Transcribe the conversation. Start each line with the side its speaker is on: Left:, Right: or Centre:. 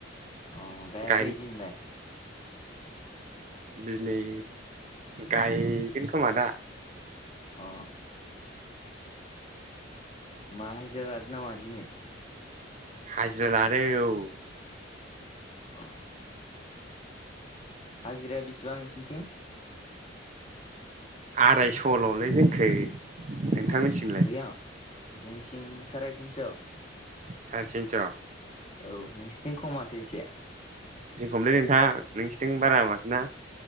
Left: अ गायाखै
Right: गाय
Left: जिन्दा।
Right: दिनै गायगोन खोमा दा
Left: अ मा हायज्रा लादो नामा दिनै?
Right: हाजिरालादो औ।
Left: अ हाजिराया बेसेबां नोंसिनिथिं?
Right: आरायस'ल'लै जोंखै। नोंथांमोनथिंलाय
Left: अ गैया जेंथिं साराय थिनस'।
Right: चारिथिनस'
Left: औ नोंसिथिं खम माथो एसे।
Right: उमलै नोंथां नोंसोरथिं बारा माथो ना?